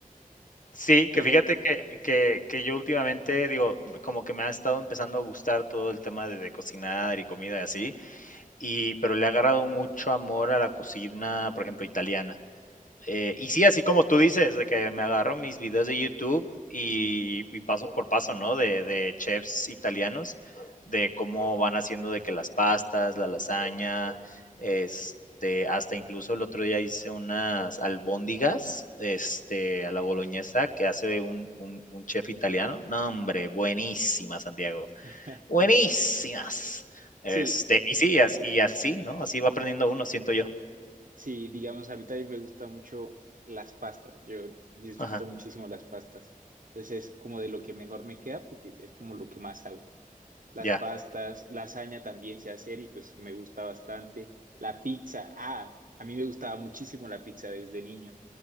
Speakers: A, on the left (about 65°); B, on the right (about 65°).
A: Sí,
B: Pero
A: que fíjate que que que yo últimamente, digo, como que me ha estado empezando a gustar todo el tema de de cocinar y comida y así, y pero le ha agarrado mucho amor a la cocina, por ejemplo, italiana. Eh, y sí, así como tú dices, de que me agarro mis videos de YouTube y, y paso por paso, ¿no? De, de chefs italianos, de cómo van haciendo de que las pastas, la lasaña, este, hasta incluso el otro día hice unas albóndigas, este, a la boloñesa que hace un, un, un chef italiano. No, hombre, buenísimas, Santiago,
B: <laughs>
A: buenísimas. Este,
B: sí,
A: y sí, así, y así, ¿no? Así va aprendiendo uno, siento yo.
B: sí, digamos, a mí también me gusta mucho las pastas. Yo disfruto
A: Ajá,
B: muchísimo las pastas. Entonces es como de lo que mejor me queda porque es como lo que más hago. Las
A: ya,
B: pastas, lasaña también sé hacer y pues me gusta bastante. La pizza, ah, a mí me gustaba muchísimo la pizza desde niño